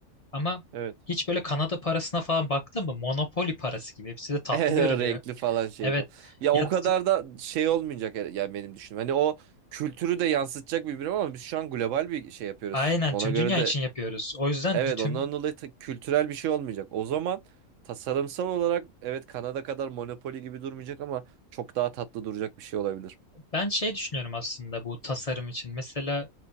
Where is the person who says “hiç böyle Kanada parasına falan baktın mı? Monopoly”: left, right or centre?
Left